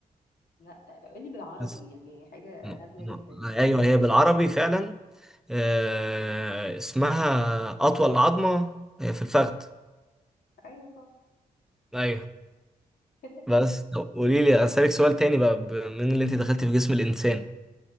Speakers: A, on the left (about 85°); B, in the centre.
A: لا قولي بالعربي
B: بس-
A: يعني حاجة
B: م-
A: هبلة
B: م-
A: جدا
B: ايوه هي بالعربي فعلا آه اسمها اطول عظمة آه، في الفخذ
A: ايوه صح
B: ايوه
A: <laughs>
B: بس طب قولي لي اسالك سؤال تاني بقى من اللي انت دخلت في جسم الانسان